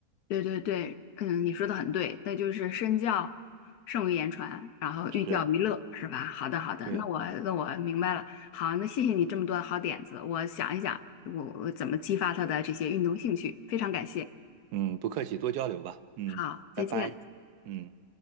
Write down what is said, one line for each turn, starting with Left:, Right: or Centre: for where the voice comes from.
Left: 对对对，嗯，你说的很对，那就是身教胜于言传，然后寓教于乐，
Right: 是啊，
Left: 是吧？好的好的，
Right: 对啊，
Left: 那我那我明白了。好，那谢谢你这么多的好点子，我想一想我我怎么激发他的这些运动兴趣，非常感谢。
Right: 嗯，不客气，多交流吧，嗯，
Left: 好，再见。
Right: 拜拜，嗯。